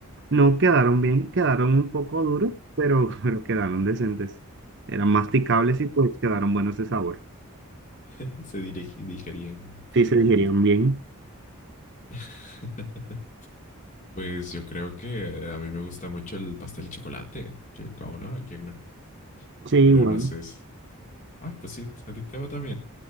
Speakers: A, on the right; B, on the left.
A: No quedaron bien, quedaron un poco duros, pero, <laughs> pero quedaron decentes. Eran masticables y pues quedaron buenos de sabor.
B: <laughs> Se dirigi- digerían
A: Sí,
B: perfecto.
A: se digerían bien.
B: <laughs> Pues yo creo que a mí me gusta mucho el pastel de chocolate. ¿Quién cómo no? ¿A quién no?
A: Sí,
B: Pero
A: igual.
B: no sé. es- Ah, pues sí, a ti te va también.